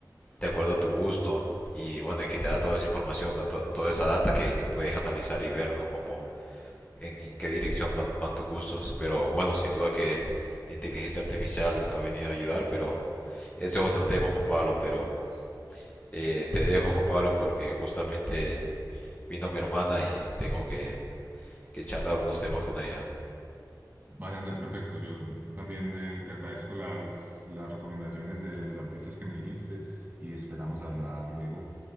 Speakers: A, on the left; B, on the right.
A: de acuerdo a tu gusto y bueno, y que te da toda esa información, va, to- toda esa data que, que puedes analizar y ver, ¿no? Como en, en qué dirección van, van tus gustos. Pero bueno, sin duda que la inteligencia artificial ha venido a ayudar, pero ese es otro tema, Juan Pablo. Pero eh, te dejo, Juan Pablo, porque justamente vino mi hermana y tengo que, que charlar unos temas con ella.
B: Vale, Andrés, perfecto. Yo también eh, te agradezco las, las recomendaciones de los artistas que me dijiste y esperamos hablar luego.